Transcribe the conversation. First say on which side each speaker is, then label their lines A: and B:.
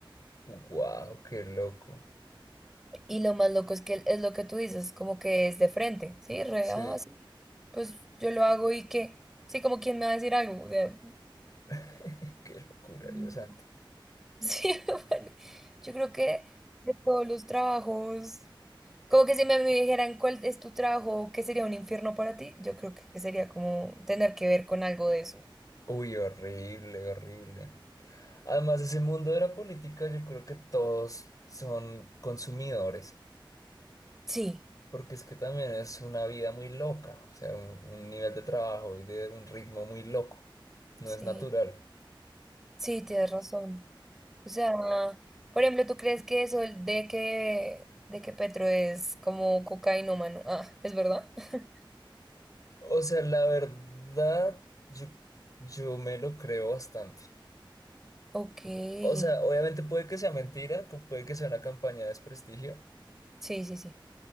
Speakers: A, on the left; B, in the centre.
A: Wow, qué loco.
B: Y lo más loco es que él- es lo que tú dices, como que es de frente, ¿sí? Re,
A: Sí,
B: ah, sí, pues yo lo hago y qué. Sí, como quien me va a decir algo. O sea, Mm.
A: <laughs> qué locura,
B: <laughs>
A: Dios santo.
B: sí, bueno, yo creo que de todos los trabajos, como que si me, me dijeran cuál es tu trabajo, qué sería un infierno para ti, yo creo que sería como tener que ver con algo de eso.
A: Uy, horrible, horrible. Además, ese mundo de la política, yo creo que todos son consumidores,
B: Sí,
A: porque es que también es una vida muy loca, o sea, un, un nivel de trabajo y de un ritmo muy loco, no
B: sí,
A: es natural.
B: sí, tienes razón. O sea, por ejemplo, ¿tú crees que eso de que, de que Petro es como cocainómano? Ah, ¿es verdad? <laughs>
A: O sea, la verdad, yo, yo me lo creo bastante.
B: Ok, sí,
A: O sea, obviamente puede que sea mentira, pu- puede que sea una campaña de desprestigio,
B: sí, sí.